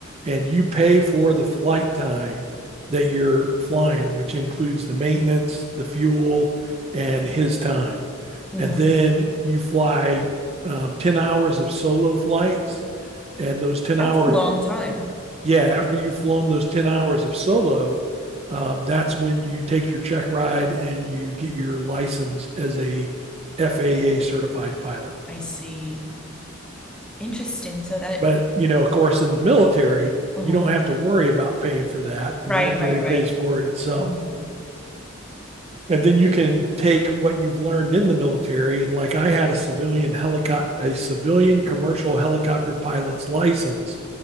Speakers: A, on the right; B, in the centre.
A: and you pay for the flight time that you're flying, which includes the maintenance, the fuel, and his time.
B: Mm-hmm.
A: And then you fly um, 10 hours of solo flights. And those 10
B: That's
A: hours,
B: a long time.
A: yeah, after you've flown those 10 hours of solo, um, that's when you take your check ride and you get your license as a FAA certified pilot.
B: I see. Interesting. So that,
A: But, you know, of course, in the military,
B: uh
A: you don't have to worry about paying for that. The
B: right,
A: military
B: right, right.
A: pays for it itself.
B: mm
A: And then you can take what you've learned in the military. And like I had a civilian helicopter, a civilian commercial helicopter pilot's license,